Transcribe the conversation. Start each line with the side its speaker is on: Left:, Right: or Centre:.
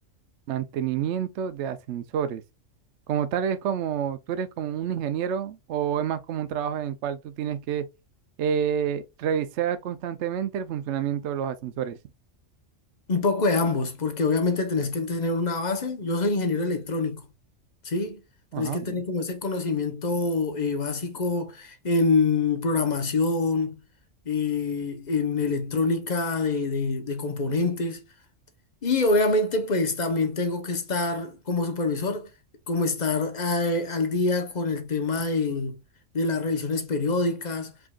Right: Mantenimiento de ascensores. Como tal, es como, ¿tú eres como un ingeniero o es más como un trabajo en el cual tú tienes que eh, revisar constantemente el funcionamiento de los ascensores?
Left: Un poco de ambos, porque obviamente tenés que tener una base. Yo soy ingeniero electrónico, ¿sí? Tenés
Right: Ajá,
Left: que tener como ese conocimiento eh, básico en programación, eh, en electrónica de de- de componentes Y obviamente pues también tengo que estar como supervisor, como estar eh, al día con el tema de, de las revisiones periódicas.